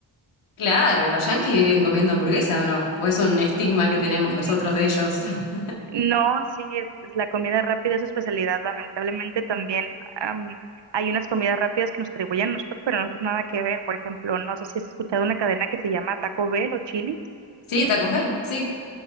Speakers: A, on the left; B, on the right.
A: Claro, los yanquis viven comiendo hamburguesa o no. O es un estigma que tenemos
B: Sí,
A: nosotros de ellos. <laughs>
B: no, sí, pues, la comida rápida es su especialidad, lamentablemente también am, hay unas comidas rápidas que nos atribuyen a nosotros, pero a nosotros nada que ver. Por ejemplo, no sé si has escuchado una cadena que se llama Taco Bell o Chili's.
A: Sí, tacos Bell, sí.